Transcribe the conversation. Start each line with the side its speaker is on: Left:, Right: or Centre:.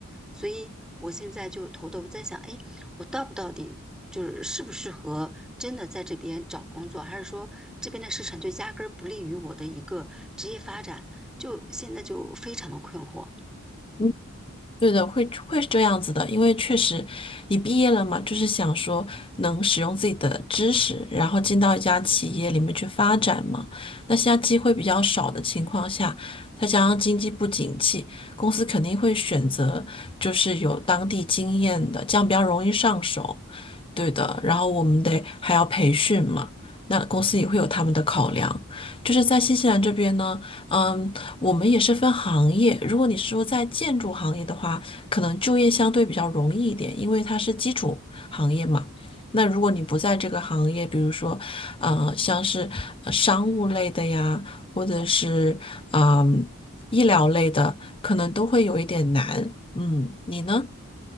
Centre: 所以我现在就头头在想，哎，我到不到底就是适不适合真的在这边找工作，还是说这边的市场就压根儿不利于我的一个职业发展？就现在就非常的困惑。
Left: 嗯对的，会会是这样子的，因为确实你毕业了嘛，就是想说能使用自己的知识，然后进到一家企业里面去发展嘛。那现在机会比较少的情况下，再加上经济不景气，公司肯定会选择就是有当地经验的，这样比较容易上手。对的，然后我们得还要培训嘛，那公司也会有他们的考量。就是在新西兰这边呢，嗯，我们也是分行业。如果你是说在建筑行业的话，可能就业相对比较容易一点，因为它是基础行业嘛。那如果你不在这个行业，比如说，呃，像是呃商务类的呀，或者是嗯医疗类的，可能都会有一点难。嗯，你呢？